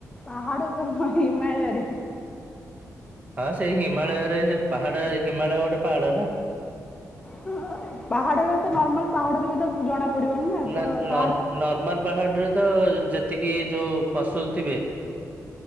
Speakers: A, on the left (about 20°); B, on the right (about 25°).
A: ପାହାଡ ଉପରେ ନୁହଁ ହିମାଳୟରେ।
B: ହଁ ସେଇ ହିମାଳୟରେ ହେ ପାହାଡ ହିମାଳୟ ଗୋଟେ ପାହାଡ ନା।
A: ଉଁ ହଁ ହଁ ଏ ପାହାଡରେ ତ ନର୍ମାଲ ପାହାଡକୁ ବି ତ ଜଣା ପଡ଼ିବନି
B: ନା
A: ତ ପାହାଡ଼
B: ନର୍ ନର୍ମାଲ ପାହାଡରେ ତ ଯେତିକି ଯୋଉ ପଶୁ ଥିବେ।